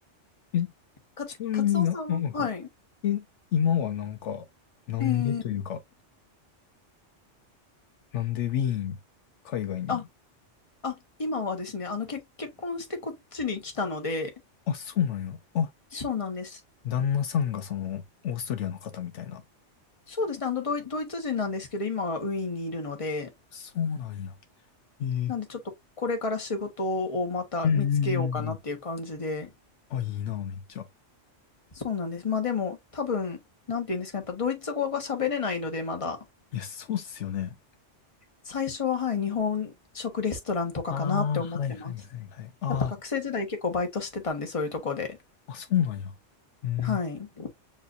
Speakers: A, on the left; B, on the left.
A: え、
B: かつ、
A: ちなみにな、
B: カツオさんは、
A: うんはい。
B: はい。
A: え、今はなんか、なんでというか、
B: えー、
A: なんでウィーン、海外に。
B: あ、あ、今はですね、あの、け、結婚してこっちに来たので、
A: あ、そうなんや。あ、
B: そうなんです。
A: 旦那さんがその、オーストリアの方みたいな。
B: そうですね、あの、ドイ、ドイツ人なんですけど、今はウィーンにいるので、
A: そうなんや。えー、
B: なんでちょっとこれから仕事をまた見つけようかなっていう感じで、
A: うんうんうんうん。あ、いいな、めっちゃ。
B: そうなんです。まあでも多分、なんていうんですか、やっぱドイツ語が喋れないのでまだ、
A: いや、そうっすよね。
B: 最初ははい、日本食レストランとかかなって思ってます。
A: ああ、はいはいはいはい。あ
B: やっぱ学生時代結構バイトしてたんで、そういうとこで。
A: あ、あ、そうなんや。うん。
B: はい。